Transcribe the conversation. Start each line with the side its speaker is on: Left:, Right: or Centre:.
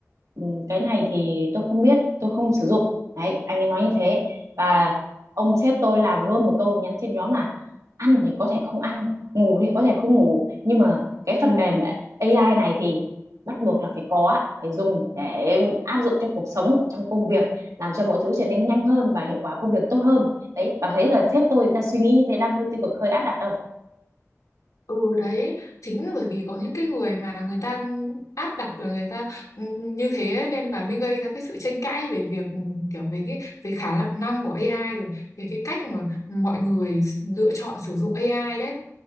Right: "Ừ, cái này thì tôi không biết tôi không sử dụng đấy anh ấy nói như thế và ông sếp tôi làm luôn một câu nhắn trên nhóm là ăn thì có thể không ăn ngủ thì có thể không ngủ nhưng mà cái phần mềm AI này thì bắt buộc là phải có phải dùng để áp dụng trong cuộc sống trong công việc làm cho mọi thứ trở nên nhanh hơn và hiệu quả công việc tốt hơn đấy bạn thấy là sếp tôi đang suy nghĩ như thế đang hơi tiêu cực hơi áp đặt đâu
Left: Ừ đấy, chính là bởi vì có những cái người mà người ta áp đặt rồi người ta ừ, như thế ấy, nên mà mới gây ra cái sự tranh cãi về việc ừ, kiểu về cái về khả năng của AI rồi về cái cách mà mọi người lựa chọn sử dụng AI đấy.